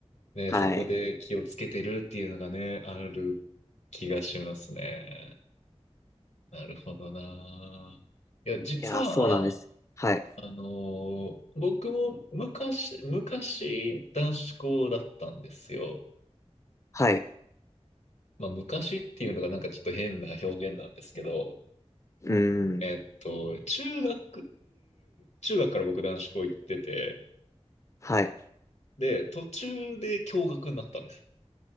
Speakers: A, on the left; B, on the left.
A: ねえ、
B: はい。
A: そこで気をつけてるっていうのがね、ある気がしますね。なるほどな。いや、実は、
B: いや、そうなんです。はい。
A: あのー僕も昔、昔、男子校だったんですよ。
B: はい。
A: まあ、昔っていうのがなんかちょっと変な表現なんですけど、
B: うん。
A: えっと、中学、中学から僕男子校行ってて、
B: はい。
A: で、途中で共学になったんです。